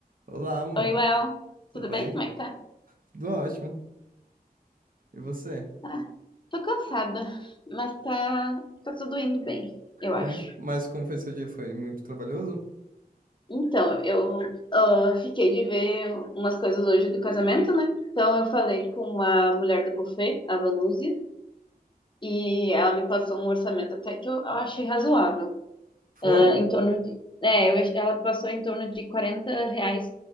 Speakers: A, on the right; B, on the left.
A: Olá, amor.
B: Oi, Well.
A: Tudo
B: Tudo
A: bem?
B: bem? Como é que tá?
A: Tudo ótimo. E você?
B: Ah, tô cansada, mas tá, tá tudo indo bem, eu
A: Como,
B: acho.
A: mas como foi seu dia? Foi muito trabalhoso?
B: Então, eu ah, fiquei de ver umas coisas hoje do casamento, né? Então, eu falei com a mulher do buffet, a Vanúzia, e ela me passou um orçamento até que eu, eu achei razoável.
A: Foi?
B: Ah, em torno de. É, eu ach- ela passou em torno de 40 reais,